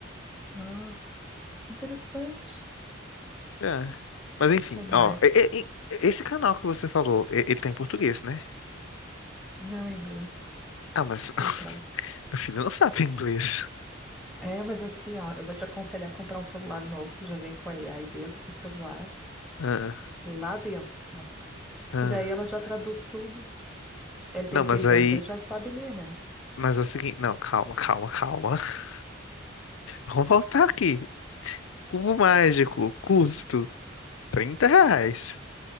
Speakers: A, in the centre; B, on the left.
A: Nossa. Que interessante.
B: É. Mas enfim,
A: Que mais?
B: ó. e- e- e- Esse canal que você falou, e- ele tá em português, né?
A: Não é inglês.
B: Ah, mas
A: J
B: <laughs>
A: pra.
B: meu filho não sabe inglês.
A: É, mas assim, ó, eu vou te aconselhar a comprar um celular novo que já vem com a AI dentro do celular.
B: Ah,
A: Lá dentro, tá?
B: ah.
A: Que daí ela já traduz tudo. Ele tem
B: Não,
A: seis
B: mas aí.
A: anos, ele já sabe ler, né?
B: Mas é o seguinte. Não, calma, calma, calma. <laughs> Vamos voltar aqui. Cubo mágico, custo 30 reais.